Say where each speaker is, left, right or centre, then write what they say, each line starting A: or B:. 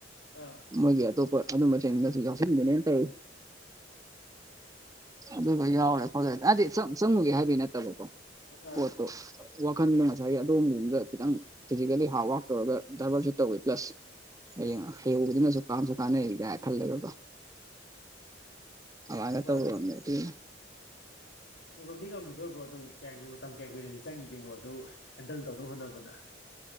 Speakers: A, on the left; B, on the right.
A: ꯑꯥ
B: ꯃꯣꯏꯒꯤ ꯑꯇꯣꯞꯄ ꯑꯗꯨꯝꯕ ꯇ꯭ꯔꯦꯅꯤꯡ ꯌꯥꯎꯁꯤꯟꯒꯦ ꯇꯧꯔ ꯑꯗꯨꯒ
A: ꯕ꯭ꯔꯣ
B: ꯌꯥꯎꯔꯦ ꯈꯣꯠꯂꯦ <unintelligible> ꯆꯪꯕꯒꯤ ꯍꯥꯏꯕ ꯅꯠꯇꯕꯀꯣ
A: ꯑꯥ
B: ꯄꯣꯠꯇꯣ ꯋꯥꯈꯟꯗꯣ ꯉꯁꯥꯏꯒꯤ ꯑꯗꯣꯝꯝꯗ ꯈꯤꯇꯪ ꯐꯤꯖꯤꯀꯦꯜꯂꯤ ꯍꯥꯔꯗ ꯋꯥꯔꯛ ꯇꯧꯔꯒ ꯗꯥꯏꯚꯔꯠꯁꯨ ꯇꯧꯋꯤ ꯄ꯭ꯂꯁ ꯍꯌꯦꯡ ꯍꯌꯦꯡꯕꯨꯗꯤ ꯀꯥꯟꯁꯨ ꯀꯥꯟꯅꯦ ꯌꯥ ꯈꯜꯂꯒꯀꯣ ꯑꯗꯨꯃꯥꯏꯅ
A: ꯃꯥꯅꯦ
B: ꯇꯧꯔꯝꯕ ꯅꯠꯇꯦ
A: ꯉꯝꯗꯤ ꯉꯝꯈꯤꯕ꯭ꯔꯥꯕ ꯑꯗꯨꯝ ꯀꯌꯥꯝ ꯀꯨꯏꯅ ꯃꯇꯝ ꯀꯌꯥꯝ ꯀꯨꯏꯅꯗꯤ ꯆꯪꯈꯤꯒꯦꯕ ꯑꯗꯨꯝ ꯍꯦꯟꯗꯜ ꯇꯧꯅꯕ ꯍꯣꯠꯅꯕꯗ